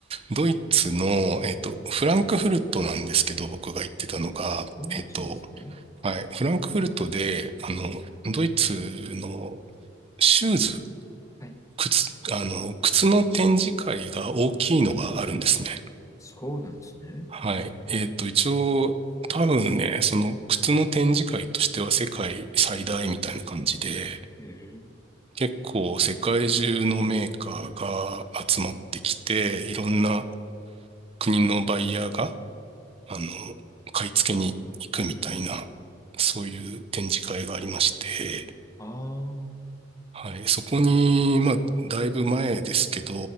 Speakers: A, on the right; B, on the left.
A: ドイツの、えっと、フランクフルトなんですけど、僕が言ってたのが、
B: おー、
A: えっと、
B: そうなんですね。
A: はい、フランクフルトで、あの、ドイツのシューズ、
B: はい。
A: 靴、あの、靴の展示会が大きいのがあるんですね。
B: そうなんですね。
A: はい。えっと、一応、多分ね、その靴の展示会としては世界最大みたいな感じで、
B: ええ。
A: 結構世界中のメーカーが集まってきて、いろんな国のバイヤーが、あの、買い付けに行くみたいな、そういう展示会がありまして、
B: ああ。
A: はい、そこに、まあ、だいぶ前ですけど、